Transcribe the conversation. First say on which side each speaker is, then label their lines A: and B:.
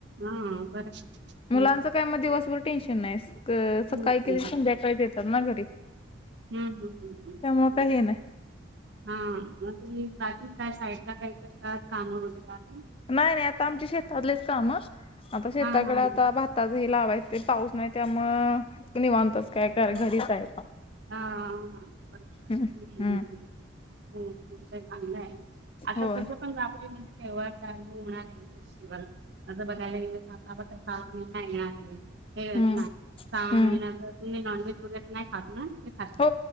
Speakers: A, on the right (about 60°); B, on the left (about 30°).
A: हा बरं
B: मुलांचं
A: हम्म
B: काय मग दिवसभर. टेन्शन नाही सकाळी
A: हम्म हम्म
B: गेली संध्याकाळी येतात ना घरी.
A: हम्म हम्म हम्म
B: त्यामुळे
A: हम्म.
B: काही हे नाही
A: हा मग तुम्ही बाकी काय साईड ला काही करता कामं वगैरे
B: नाही नाही आता आमचे शेतातलेच काम आता शेताकडे
A: हा हा हा हम्म.
B: आता भ भात हे लावायचं पाऊस नाही त्यामु तु नि वानतास काय घरीच आहे
A: हा हा बरो्
B: हम्म
A: हो अस चांगलं आहे आता
B: होय
A: तसं पण राबले म्हणजे तेवार चालू म्हणालेले फेस्टिवल असं बघायला गेलं तर आता फ सावा महिना येणार हे
B: हम्म
A: ना साहावा
B: हम्म
A: महिनाच तुम्ही नॉनव्हेज वगैरे खात नाही ना ते खाता
B: हो